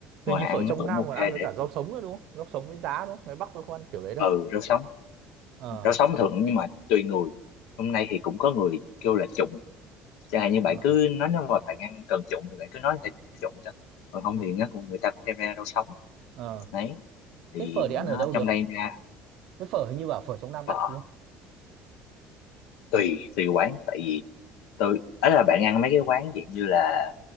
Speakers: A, on the left; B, on the right.
A: ngoài
B: hình như
A: ăn
B: phở trong
A: nó cũng
B: Nam
A: ok
B: còn
A: để
B: ăn với cả rau sống nữa đúng không rau sống với giá đúng không ngoài Bắc tôi không ăn kiểu đấy đâu
A: ừ rau sống
B: Ờ
A: rau sống thường nhưng mà tùy người hôm nay thì cũng có người kêu là trụng chẳng hạn như bạn
B: ờ
A: cứ nói nếu mà bạn ăn cần trụng thì bạn cứ nói người ta trụng cho còn không thì nó cũng người ta cũng đem ra rau sống
B: ờ
A: đấy thì
B: thế phở
A: nó
B: thì ăn ở đâu được
A: trong đây ra
B: với phở hình như bảo phở trong Nam đắt
A: phở
B: đúng không
A: tùy tùy quán tại vì tôi ấy là bạn ăn mấy cái quán dạng như là